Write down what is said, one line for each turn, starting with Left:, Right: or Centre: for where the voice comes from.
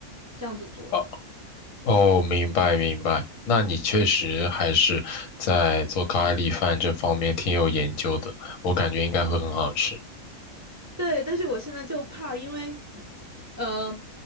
Right: 这样子做的。
Left: 哦，哦，明白明白，那你确实还是在做咖喱饭这方面挺有研究的，我感觉应该会很好吃。
Right: 对，但是我现在就怕，因为呃，